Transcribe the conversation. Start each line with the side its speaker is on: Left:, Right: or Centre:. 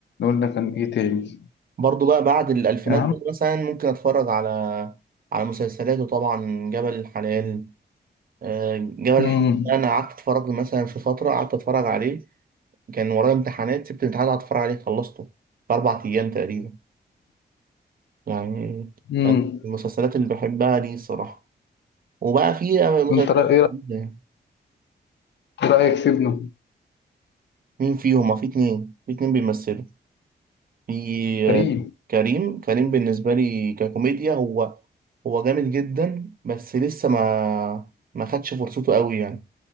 Left: قلنا كان ايه تاني
Right: برضو بقى بعد الألفينات
Left: يا عم
Right: ده مثلا ممكن أتفرج على على مسلسلاته طبعا جبل الحلال آه، جبل الحمد
Left: مم.
Right: ده انا قعدت اتفرج له مثلا في فتره قعدت اتفرج عليه كان ورايا امتحانات سبت الامتحان قعدت اتفرج عليه خلصته في اربع ايام تقريبا يعني
Left: مم.
Right: كان من المسلسلات اللي بحبها دي الصراحه وبقى في مسلسلات
Left: انت رأي- ايه رأ-
Right: جديده يعني.
Left: إيه رأيك في ابنه
Right: مين فيهم في اتنين في اتنين بيمثلوا في
Left: كريم
Right: آه، كريم كريم بالنسبه لي ككوميديا هو هو جامد جدا بس لسه ما ما خدش فرصته قوي يعني